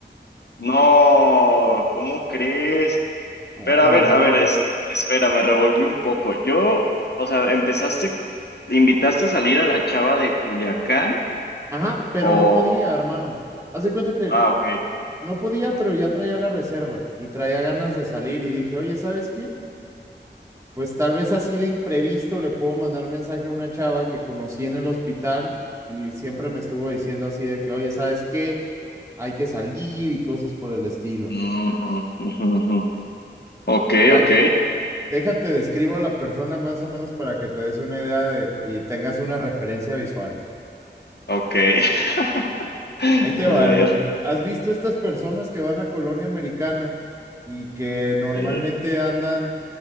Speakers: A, on the left; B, on the right.
A: No, ¿cómo crees?
B: No,
A: Pero
B: mi
A: a ver,
B: hermano.
A: a ver, es- espera, me revolví un poco. Yo, o sea, empezaste, ¿invitaste a salir a la chava de Culiacán?
B: Ajá, pero
A: O.
B: no podía, hermano. Haz de cuenta que
A: Ah, ok.
B: no podía, pero ya traía la reserva y traía ganas de salir y dije, oye, ¿sabes qué? pues tal vez así de imprevisto le puedo mandar mensaje a una chava que conocí en el hospital y siempre me estuvo diciendo así de que, oye, ¿sabes qué? Hay que salir y cosas por el estilo.
A: Ujú, ujú, ujú. Ok,
B: La,
A: ok,
B: déjate, describo a la persona más o menos para que te des una idea de y tengas una referencia visual.
A: ok. <laughs>
B: Ahí te
A: A
B: va,
A: ver.
B: hermano. ¿Has visto estas personas que van a colonia americana y que normalmente
A: Sí.
B: andan,